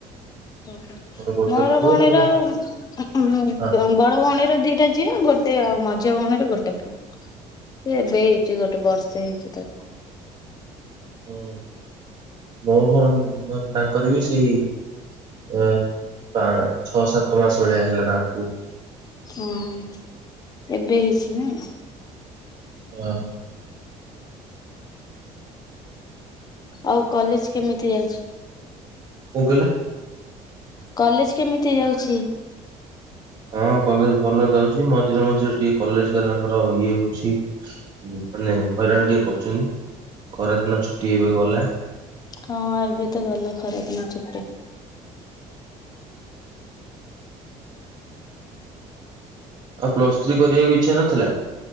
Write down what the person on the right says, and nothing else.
ତାଙ୍କର ଗୋଟେ
ପୁଅ
ତାଙ୍କ
ହଁ
ହୁଁ ମୋ ଭଣ ମାନେ ତାଙ୍କର ବି ସେଇ ଅ ପା ଛଅ ସାତ ମାସ ଭଳିଆ ହେଲା ତାଙ୍କୁ।
ହଁ।
କଣ କହିଲ।
ହଁ କଲେଜ ଭଲ ଯାଉଛି ମଝିରେ ମଝିରେ ଟିକେ କଲେଜ ବାଲାଙ୍କର ଇଏ ହଉଛି। ହୁଁ ମାନେ ହଇରାଣ ଟିକେ କରୁଛନ୍ତି ଖରାଦିନ ଛୁଟି ଏବେ ଗଲା।
ଆଉ ପ୍ଲସ୍ ଥ୍ରୀ କରିବାକୁ ଇଚ୍ଛା ନଥିଲା